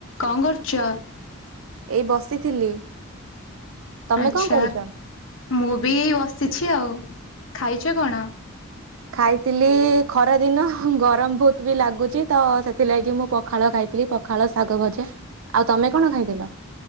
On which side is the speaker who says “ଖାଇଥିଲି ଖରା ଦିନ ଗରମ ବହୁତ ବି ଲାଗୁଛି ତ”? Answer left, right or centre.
Right